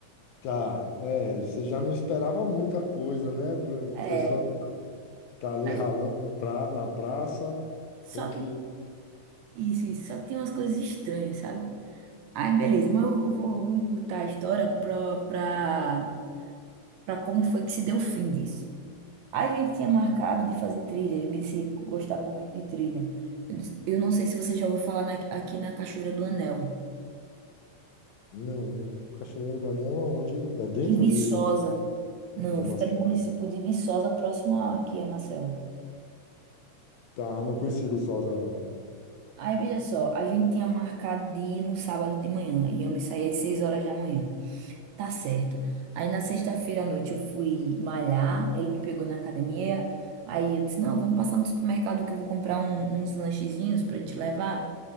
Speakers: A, on the left; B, on the right.
A: Tá, é, você já não esperava muita coisa, né? A
B: É,
A: pessoa Tá ali
B: mas
A: ralando no pra, na praça,
B: só
A: tem que.
B: que isso, isso, só que tem umas coisas estranhas, sabe? Aí beleza, mas eu eu vou, vou encurtar a história pra, pra, pra como foi que se deu o fim disso. A gente tinha marcado de fazer trilha, ele disse que gostava muito de trilha. Eu disse, "Eu não sei se você já ouviu falar na- aqui na Cachoeira do Anel,
A: Não, Cachoeira do Anel aonde? É dentro
B: que Viçosa.
A: de,
B: Não,
A: de Amaciato.
B: fica no município de Viçosa, próximo aqui a Maceió.
A: Tá, não conheci Viçosa, não.
B: Aí, veja só, a gente tinha marcado de ir no sábado de manhã, e eu me saí às 6 horas da manhã. Tá certo. Aí, na sexta-feira à noite, eu fui malhar, ele me pegou na academia, aí eu disse, não, vamos passar no supermercado que eu vou comprar um- uns lanchezinhos pra gente levar.